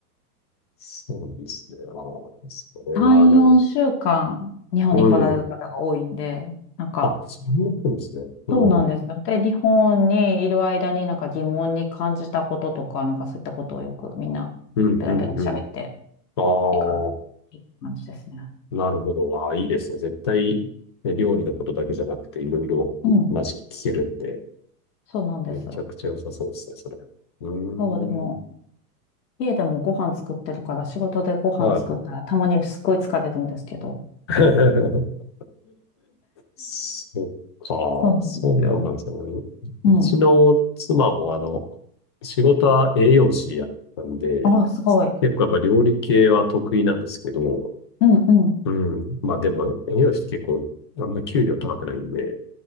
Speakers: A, on the left; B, on the left.
A: そうですね。ああ、それはなんか、
B: 3、4週間、日本に来られる方が多いんで、
A: うん。
B: なんか、
A: あ、それもそうですね。うん。
B: そうなんですよ。で、日本にいる間になんか疑問に感じたこととか、なんかそういったことをよくみんなペラペラ喋って
A: うん、うん、うん。あ
B: いく感じですね。
A: あ、なるほど。ああ、いいですね。絶対、ね、料理のことだけじゃなくて、いろいろ話聞けるんで、
B: うん。そうなんです。
A: めちゃくちゃ良さそうですね、それ。うーん。
B: そう、でも、家でもご飯作ってるから、仕事でご飯作ったらたまにすっごい疲れるんですけど。
A: はい。<laughs> そっか、
B: <laughs> そうなんですよ。
A: そうなんですよね。
B: うん。
A: うちの妻もあの、仕事は栄養士やったんで、
B: あ、すごい。
A: 結構やっぱ料理系は得意なんですけど、
B: うんうん。
A: うん。まあでも栄養士って結構あんまり給料高くないんで、